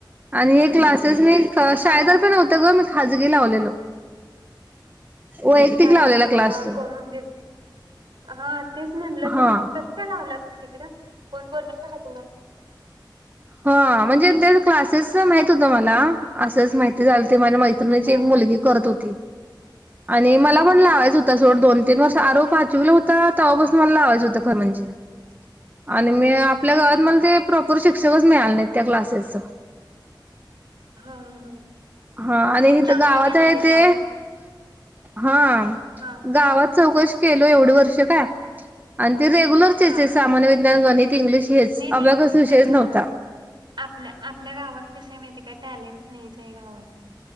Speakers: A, on the right; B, on the right.
A: आणि हे क्लासेस मी शाळेतर्फे
B: हा
A: नव्हतं ग मी खाजगी लावलेलो वैयक्तिक
B: खाजगी
A: लावलेल्या क्लासच
B: हा कोण म्हणजे हा तेच म्हणलं
A: हा
B: तुम कस काय लावला तुम्ही तिकडं कोण बोललं त नाही तुम्हाला <inaudible>
A: हा म्हणजे त्या च क्लासेस माहित होत मला असंच माहिती झालते माझ्या मैत् मैत्रिणीची
B: हा
A: एक मुलगी करत होती आणि मला पण लावायच
B: हा हा
A: होता सोड दोन तीन वर्ष आरो पाचवी लाव होता तेव्हा बसून मला लावायं होतं खर म्हणजे. आणि मी आपल्या
B: हा
A: गावात मला ते प्रॉपर शिक्षकच मिळाले नाहीत त्या क्लासेसच.
B: हा हा हा
A: हा आणि हेथ
B: चांगलं
A: गावात
B: केला
A: आहे ते
B: लावून
A: हा
B: हा
A: गावात चौकशी केल एवढे वर्ष काय आणि ते रेग्युलर चे
B: हा
A: <unintelligible> ्ञान गणित इंग्लिश हेच
B: नाही नाही
A: अबकस विषयच
B: हा
A: नव्हता.
B: आपल्या, आपल्या गावात कस आहे माहिती आहे काय टॅलेंट नाहीच आहे गावात.